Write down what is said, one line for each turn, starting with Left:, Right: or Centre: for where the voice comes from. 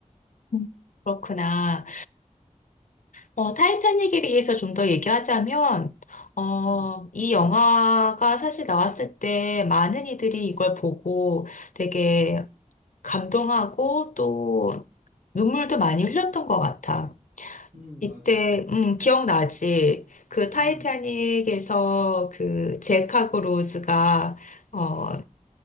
Left: 음. 그렇구나. 어, 타이타닉에 대해서 좀 더 얘기하자면, 어,
Right: 음,
Left: 이 영화가 사실 나왔을 때 많은 이들이 이걸 보고 되게 감동하고 또 눈물도 많이 흘렸던 것 같아.
Right: 음,
Left: 이때,
Right: 맞아.
Left: 음, 기억나지? 그 타이타닉에서
Right: 음,
Left: 그 잭 하고 로즈가, 어,